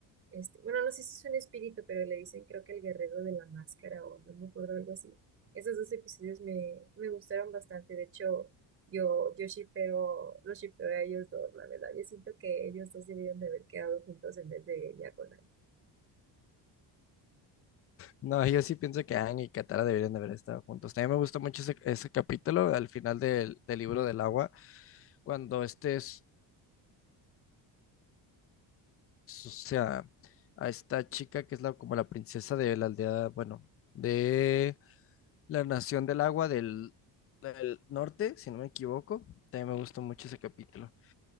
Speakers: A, on the right; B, on the left.
A: este, bueno, no sé si es un espíritu, pero le dicen creo que el guerrero de la máscara o no me acuerdo algo así. Esos dos episodios me, me gustaron bastante. De hecho, yo, yo shippeo, los shippeo a ellos dos, la verdad. Yo siento que ellos dos debieron de haber quedado juntos en vez de ella con él.
B: No, yo sí pienso que Aang y Katara deberían de haber estado juntos. También me gustó mucho ese, ese capítulo al final del, del libro del agua, cuando este es, o sea, a esta chica que es la, como la princesa de la aldea, bueno, de la nación del agua del, del norte, si no me equivoco. También me gustó mucho ese capítulo.